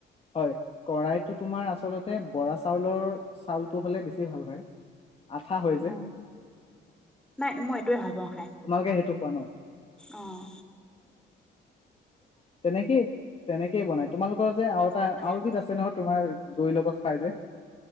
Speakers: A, on the left; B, in the centre.
A: হয়, কৰা়ইটো তোমাৰ আচলতে বৰা চাউলৰ চাউলটো হ'লে বেছি ভাল হয়। আঠা হয় যে
B: ম। নাই মই এইটোৱে ভাল পাওঁ খাই।
A: তোমালোকে সেইটো খোৱা ন
B: অহ।
A: তেনেকে তেনেকেই বনায়। তোমালোকৰ যে আৰু এটা
B: ভাল
A: আৰু এবিধ আছে নহয় তোমাৰ দৈ লোকক ফাইদে